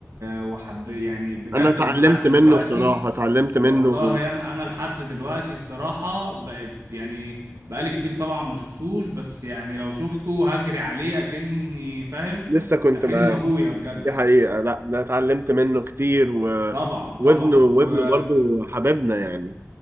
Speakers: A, on the right (about 80°); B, on the right (about 50°).
A: وحب يعني بجد
B: أنا اتعلمت
A: انا لحد دلوقتي
B: منه بصراحة اتعلمت منه
A: والله انا انا لحد دلوقتي الصراحه بقت يعني بقالي كتير طبعا ما شفتوش بس يعني لو شفته هجري عليه اكني فاهم
B: لسه كنت
A: اكن
B: معاه
A: ابويا بجد
B: دي حقيقة لا أنا اتعلمت منه كتير و...
A: طبعا
B: وابنه
A: طبعا
B: وابنه
A: و...
B: برضو حبيبنا يعني